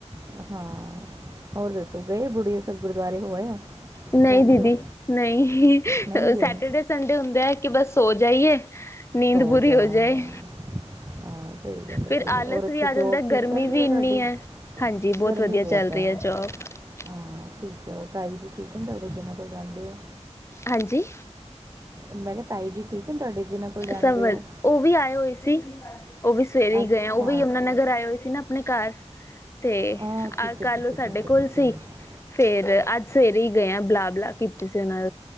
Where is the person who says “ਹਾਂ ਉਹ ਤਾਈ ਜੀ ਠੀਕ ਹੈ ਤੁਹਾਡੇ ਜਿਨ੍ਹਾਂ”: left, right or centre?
Right